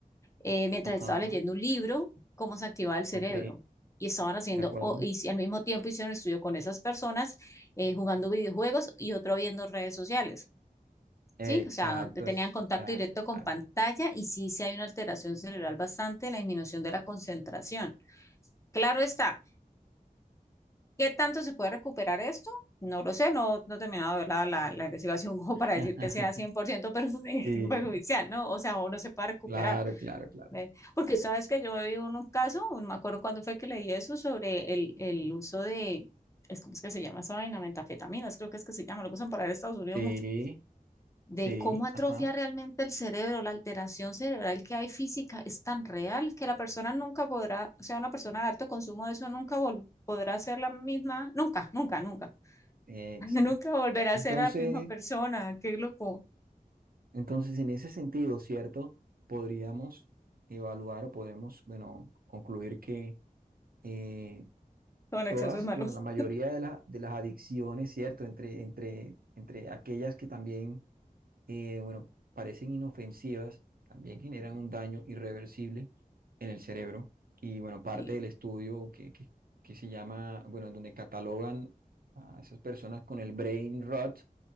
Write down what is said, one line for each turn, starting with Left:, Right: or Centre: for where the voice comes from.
Left: eh, mientras
Right: Ajá,
Left: estaba leyendo un libro, cómo se activaba el cerebro.
Right: ok,
Left: Y estaban haciendo,
Right: de acuerdo.
Left: o- y si- al mismo tiempo hicieron un estudio con esas personas eh, jugando videojuegos y otro viendo redes sociales.
Right: Exacto,
Left: Sí, o sea, donde tenían
Right: es-
Left: contacto
Right: exacto,
Left: directo
Right: exacto.
Left: con pantalla
Right: exacto.
Left: y sí, sí hay una alteración cerebral bastante en la disminución de la concentración. Claro está, ¿qué tanto se puede recuperar esto? No lo sé, no, no he terminado de ver la, la, la investigación <laughs> como
Right: <laughs>
Left: para decir que sea 100% perju-
Right: Sí,
Left: <laughs> perjudicial, ¿no? O sea, o no se puede recuperar.
Right: claro, claro, claro.
Left: ¿ven? Porque sabes que yo vi un caso, no me acuerdo cuándo fue que leí eso, sobre el, el uso de, es, ¿cómo es que se llama esa vaina? Metanfetaminas, creo que es que se llama, lo que usan para ir a Estados Unidos
Right: Sí,
Left: mucho. de
Right: sí,
Left: cómo atrofia
Right: ajá.
Left: realmente el cerebro, la alteración cerebral que hay física es tan real que la persona nunca podrá, o sea, una persona de alto consumo de eso nunca vol- podrá ser la misma, nunca, nunca, nunca,
Right: Exacto.
Left: <laughs> nunca volverá
Right: Entonces,
Left: a ser la misma persona, qué loco,
Right: entonces, en ese sentido, ¿cierto? Podríamos evaluar o podemos, bueno, concluir que eh,
Left: con
Right: todas,
Left: excesos malos.
Right: bueno, la mayoría de, la- de las adicciones, ¿cierto? Entre, entre, entre aquellas que también, eh, bueno, parecen inofensivas, también generan
Left: Sí,
Right: un daño irreversible en el cerebro. Y bueno, parte
Left: sí.
Right: del estudio que, que, que se llama, bueno, en donde catalogan a esas personas con el brain rot,